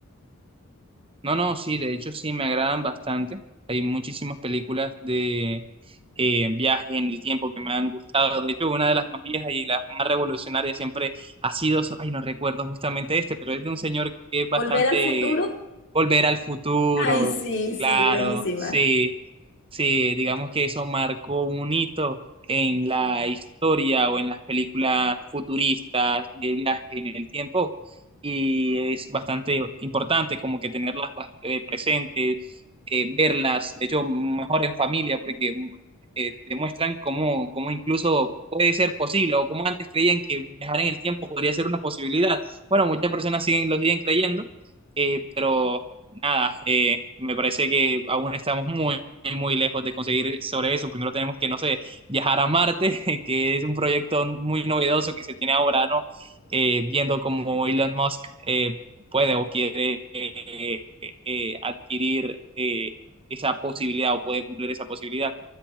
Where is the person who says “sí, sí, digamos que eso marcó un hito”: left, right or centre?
Right